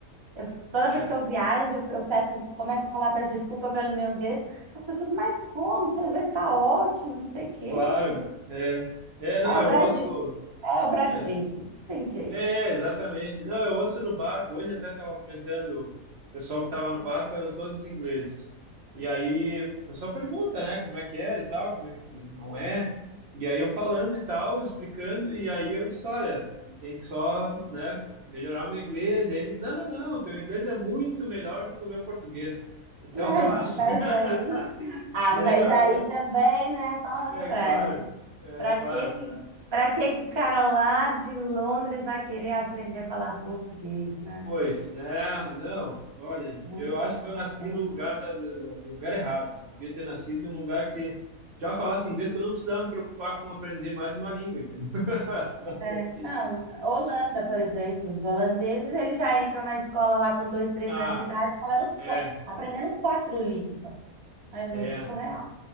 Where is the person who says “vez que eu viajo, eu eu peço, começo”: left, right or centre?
Right